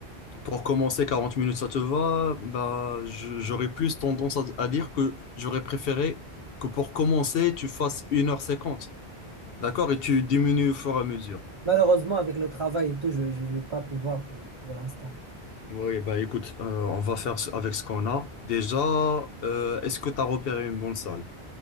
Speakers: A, on the left; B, on the right.
A: pour commencer 40 minutes, ça te va? Bah, je- j'aurais plus tendance à, à dire que j'aurais préféré que pour commencer, tu fasses une heure cinquante. D'accord? Et tu diminues au fur et à mesure.
B: Malheureusement, avec le travail et tout, je ne vais pas pouvoir pour, pour l'instant.
A: Oui, bah écoute, euh, on va faire ce- avec ce qu'on a. Déjà, euh, est-ce que tu as repéré une bonne salle?